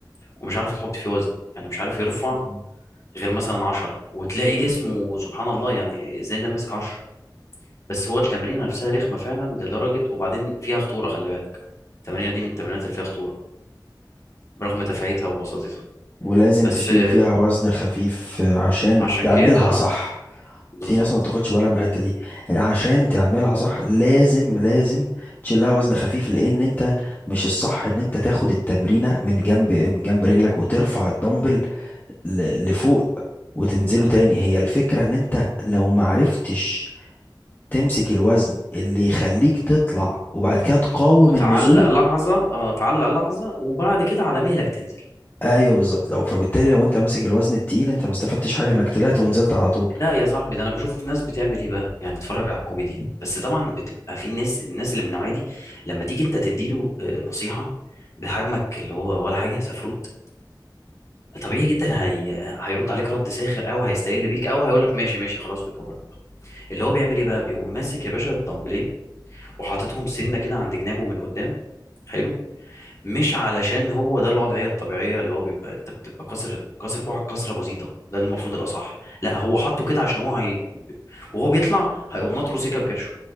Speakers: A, on the left; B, on the left.
A: ومش عارفه تحط فيه وزن يعني مش عارف يرفع
B: مم.
A: غير مثلا 10 وتلاقي جسمه سبحان الله يعني ازاي ده ماسك
B: مم.
A: 10 بس هو التمرين نفسها رخمه فعلا لدرجه وبعدين فيها خطوره خلي بالك التمرينه دي من التمرينات اللي فيها خطوره برغم تفاهتها وبساطتها
B: ولازم
A: بس
B: تشيل
A: آه،
B: فيها وزن خفيف عشان
A: عشان
B: تعملها
A: كده اه
B: صح
A: بالظبط
B: في ناس ما بتاخدش بالها من الحته دي يعني عشان تعملها صح لازم لازم تشيل لها وزن خفيف لان انت مش الصح ان انت تاخد التمرينه من جنب من جنب رجلك وترفع الدمبل ل- لفوق وتنزله تاني هي الفكرة ان انت لو معرفتش تمسك الوزن اللي يخليك تطلع وبعد كده تقاوم
A: وتعلق
B: النزول
A: لحظه اه تعلق لحظه وبعد كده على مهلك تنزل
B: ايوه بالظبط لو فبالتالي لو انت ماسك الوزن التقيل انت ما استفدتش حاجة انك طلعت ونزلت على طول
A: لا يا صاحبي ده انا بشوف ناس بتعمل ايه بقى يعني تتفرج على الكوميديا بس طبعا بتبقى في الناس الناس اللي من النوعيه دي لما تيجي انت تديله آه، نصيحه بحجمك اللي هو ولا حاجه سفروت طبيعي جدا هي... هيرد عليك رد ساخر او هيستقل بيك او هيقول لك ماشي ماشي خلاص ويكبر دماغه اللي هو بيعمل ايه بقى بيقوم ماسك يا باشا الدمبلين وحاططهم سنه كده عند جنابه من قدام حلو مش علشان هو ده الوضعية الطبيعية اللي هو بيبقى انت بتبقى كسر كسر كوعك كسرة بسيطة ده اللي المفروض الأصح لا هو حطه كده عشان هو هي... وهو بيطلع هيقوم ناطره سكة بكرشه